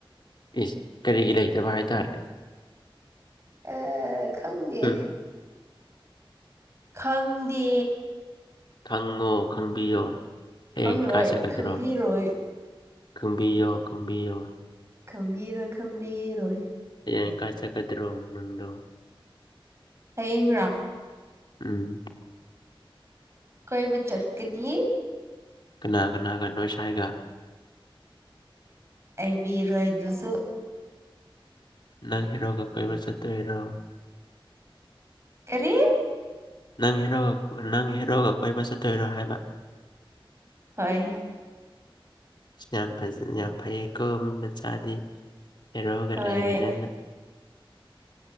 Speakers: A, on the left (about 55°); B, on the right (about 30°).
A: ꯑꯦ ꯀꯔꯤꯒꯤ ꯂꯩꯇꯕ ꯍꯥꯏꯇꯥꯔꯦ
B: ꯑꯦ ꯈꯪꯒꯦ
A: ꯎꯝ
B: ꯈꯪꯗꯦ
A: ꯊꯪꯉꯣ ꯈꯪꯕꯤꯌꯣ ꯍꯌꯦꯡ
B: ꯈꯪꯂꯣꯏ
A: ꯀꯥ ꯆꯠꯀꯗ꯭ꯔꯣ
B: ꯈꯪꯕꯤꯔꯣꯏ
A: ꯈꯪꯕꯤꯌꯣ ꯈꯪꯕꯤꯌꯣ
B: ꯈꯝꯕꯤꯔꯣꯏ ꯈꯝꯕꯤꯔꯣꯏ
A: ꯍꯌꯦ ꯏꯪ ꯀꯥꯏ ꯆꯠꯀꯗ꯭ꯔꯣ ꯅꯪꯗꯣ
B: ꯍꯌꯦꯡꯒ ꯔꯥ
A: ꯎꯝ
B: ꯀꯣꯏꯕꯨ ꯆꯠꯀꯅꯤ
A: ꯀꯅꯥ ꯀꯅꯥꯒ ꯅꯣꯏ ꯁꯥꯏꯒ
B: ꯑꯩꯕꯤꯔꯣꯏ ꯑꯗꯨꯁꯨ
A: ꯅꯪ ꯍꯔꯣꯒ ꯀꯣꯏꯕ ꯆꯠꯇꯣꯏꯔꯣ
B: ꯀꯔꯤ
A: ꯅꯪ ꯍꯦꯔꯣꯒ ꯅꯪ ꯍꯦꯔꯣꯒ ꯀꯣꯏꯕ ꯆꯠꯇꯣꯏꯔꯣ ꯍꯥꯏꯕ
B: ꯍꯣꯏ
A: ꯌꯥꯝ ꯐꯖ ꯌꯥꯝ ꯐꯩꯌꯦ ꯀꯣ ꯃꯤ ꯃꯆꯥꯗꯤ ꯍꯦꯔꯣꯒ
B: ꯍꯣꯏ
A: ꯂꯩꯔꯗꯅ